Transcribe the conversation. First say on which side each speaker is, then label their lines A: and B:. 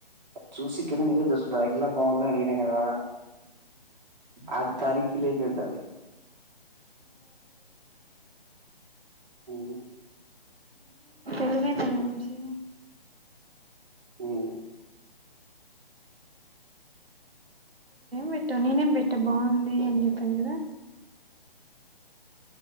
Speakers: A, on the right (about 50°); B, on the right (about 80°).
A: చూసికిద మీస్త ఇడు అగలా బాగుందని అడిగినా కదా అది తారీఖలేకంటది ఓ
B: తెలివైనది వంశీ
A: ఓ
B: పెట్టా నేనేం పెట్టా బాగుంది అని చెప్పాను కదా